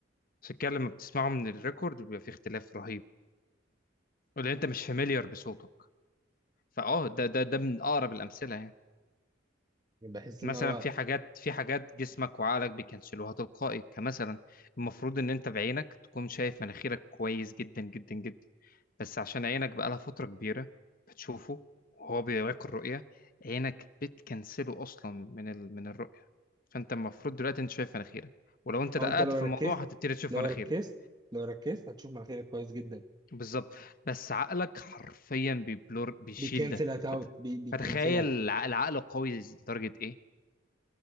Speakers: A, on the left; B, on the right.
A: عشان كده لما بتسمعه من الريكورد بيبقى في اختلاف رهيب ولان انت مش فاميليار بصوتك فاه ده ده ده من اقرب الامثله يعني
B: بحس
A: مثلا
B: ان هو
A: في حاجات في حاجات جسمك وعقلك بيكنسلوها تلقائي كمثلا المفروض ان انت بعينك تكون شايف مناخيرك كويس جدا جدا جدا بس عشان عينك بقالها فترة كبيرة بتشوفه وهو بيوريك الرؤية عينك بتكنسله اصلا من ال... من الرؤية فانت المفروض دلوقتي انت شايف مناخيرك ولو انت دققت
B: او انت لو
A: في
B: ركزت
A: الموضوع هتبتدي تشوف
B: لو
A: مناخيرك
B: ركزت لو ركزت هتشوف مناخيرك كويس جدا
A: بالظبط بس عقلك حرفيا بيبلور بيشيل
B: بيكنسل
A: ده
B: اوت
A: فت...
B: بي بيكنسلها
A: فتخيل الع- العقل قوي لدرجة ايه